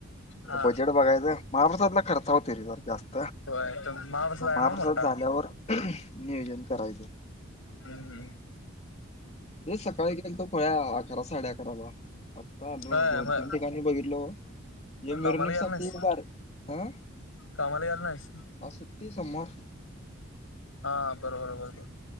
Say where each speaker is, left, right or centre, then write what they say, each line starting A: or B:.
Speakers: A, on the left; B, on the left.
A: हा
B: बजेट बघायच. महा <unintelligible> खर्चावर केलेला जास्त.
A: होय पण माणूसच
B: मग
A: आहे
B: महाप्रसाद
A: ना ओ मोठा.
B: झाल्यावर नियोजन. करायचं
A: हम्म हम्म
B: ते सकाळी गेलतो पळ्या अकरा साडे अकराला आत्ता आलो
A: होय
B: दोन
A: मग
B: तीन ठिकाणी बघितलो. हे मिरवणुकीसाठी
A: कामाला गेला नाहीस.
B: बार ह
A: कामाला गेला नाहीस?
B: आज सुट्टी सोमवार.
A: हा बरोबर बरोबर.